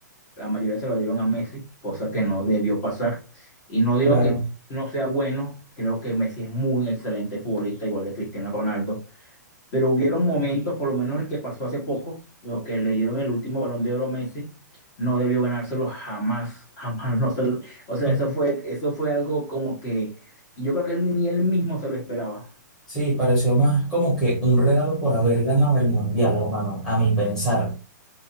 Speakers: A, on the left; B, in the centre.
A: La mayoría se lo dieron a Messi, cosa que no debió pasar. Y no digo
B: claro.
A: que no sea bueno, creo que Messi es muy excelente futbolista, igual que Cristiano Ronaldo. Pero hubieron momentos, por lo menos el que pasó hace poco, lo que le dieron el último balón de oro a Messi, no debió ganárselo jamás, <laughs> jamás. No se lo- o sea,
B: Ujú.
A: eso fue, eso fue algo como que, y yo creo que él, ni él mismo se lo esperaba.
B: Sí, pareció más como que un regalo por haber ganado el mundial, hermano, a mi pensar,